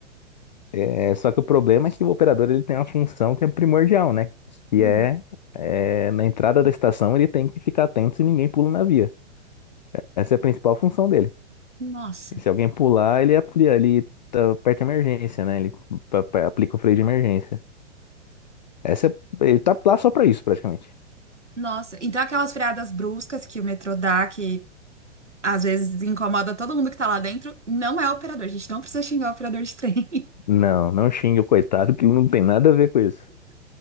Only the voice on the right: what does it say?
Hum,
Nossa,
nossa. Então aquelas freadas bruscas que o metrô dá, que às vezes incomoda todo mundo que tá lá dentro, não é operador. A gente não precisa xingar o operador de trem. <laughs>